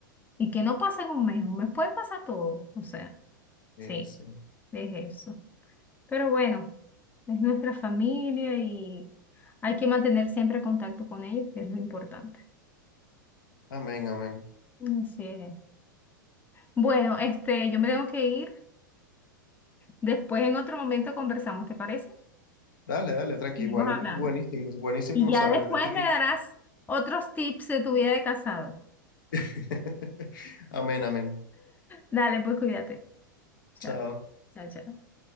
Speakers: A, on the left (about 15°); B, on the left (about 75°).
A: y que no pasa en un mes, un mes puede pasar todo, o sea,
B: Eh,
A: sí,
B: sí.
A: es eso. Pero bueno, es nuestra familia y hay que mantener siempre contacto con ellos, que es lo importante.
B: Amén, amén.
A: Así es. Bueno, este, yo me tengo que ir. Después en otro momento conversamos, ¿te parece?
B: Dale, dale, tranqui.
A: Seguimos
B: Igual,
A: hablando.
B: buenísimo, buenísimo
A: Y ya
B: saber
A: después
B: de ti.
A: me darás otros tips de tu vida de casado.
B: <laughs> Amén, amén.
A: Dale, pues cuídate. Chao.
B: Chao.
A: Chao, chao.